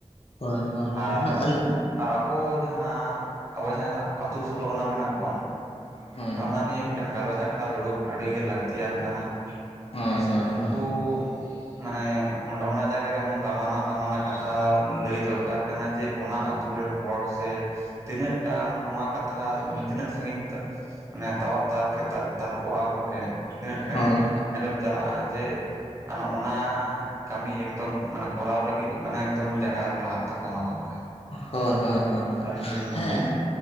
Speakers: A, on the left; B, on the right.
A: ᱦᱳᱭ, ᱦᱚᱭ, ᱦᱚᱭ,
B: ᱟᱨ
A: ᱦᱳ, ᱟᱞᱤ
B: ᱟᱨ ᱟᱵᱚ ᱡᱟᱦᱟᱸ, ᱟᱵᱚ ᱡᱷᱟᱸ ᱟᱛᱩ ᱥᱳᱞᱳ ᱟᱱᱟ ᱢᱮᱱᱟᱜ ᱵᱚᱱ,
A: ᱦᱳᱭ
B: ᱚᱱᱟ ᱱᱤᱭᱮᱹ ᱢᱤᱫ ᱟᱞᱚᱡᱽ ᱟᱠᱷᱲᱟ ᱫᱩᱲᱩᱵ ᱟᱰᱤ ᱜᱮ ᱞᱟᱠᱛᱤᱭᱟᱱ ᱠᱟᱱᱟ
A: ᱦᱳᱭ ᱦᱳᱭ
B: ᱥᱮ ᱩᱱᱠᱩ
A: ᱦᱳᱭ
B: ᱢᱟᱱᱮ ᱚᱸᱰᱮ ᱚᱱᱟ ᱡᱟᱭᱜᱟ ᱨᱮ, ᱮᱢᱚᱱ ᱫᱟᱢᱟᱱᱟ, ᱫᱟᱢᱟᱱᱟ ᱠᱟᱛᱷᱟ ᱞᱟᱹᱭ ᱫᱚᱨᱠᱟᱨ ᱠᱟᱱᱟ ᱡᱮ, ᱚᱱᱟ ᱛᱩ ᱨᱮᱱ ᱦᱚᱲ ᱥᱮ ᱛᱤᱱᱟᱹᱜ ᱴᱟᱢ ᱱᱚᱣᱟ ᱠᱟᱛᱷᱟ, ᱢᱟᱱᱮ ᱛᱤᱱᱟᱹᱜ ᱥᱟᱺᱜᱤᱧ ᱪᱟᱜ? ᱢᱟᱱᱮ ᱛᱟᱣᱟᱜ ᱛᱟᱨᱠᱮᱹᱛᱟᱜ ᱛᱟᱨᱠᱚᱜᱼᱟ, ᱜᱚᱝᱠᱮ᱾ ᱛᱤᱱᱟᱹᱜ ᱴᱟᱺᱜᱤᱧ
A: ᱦᱳᱭ ᱦᱳᱭ
B: ᱟᱸᱡᱚᱢ ᱪᱟᱞᱟᱜᱼᱟ ᱡᱮ! ᱟ ᱱᱚᱜᱼᱚ ᱱᱟ ᱠᱟᱹᱢᱤ ᱮᱠᱫᱚᱢ, ᱢᱟᱱᱮ ᱠᱚᱨᱟᱣ ᱞᱟᱹᱜᱤᱜ, ᱢᱟᱱᱮ ᱮᱠᱫᱚᱢ ᱡᱟᱸᱜᱟ ᱟᱞ ᱞᱟᱦᱟᱜ ᱛᱟᱠᱚ ᱢᱟ ᱜᱚᱝᱠᱮ᱾
A: ᱦᱳᱭ, ᱦᱳᱭ, ᱦᱳᱭ, ᱦᱳᱭ,
B: ᱟᱹᱞᱤᱧ ᱫᱚᱞᱤᱧ ᱢᱚᱱᱮᱭᱟ
A: ᱦᱮᱸ,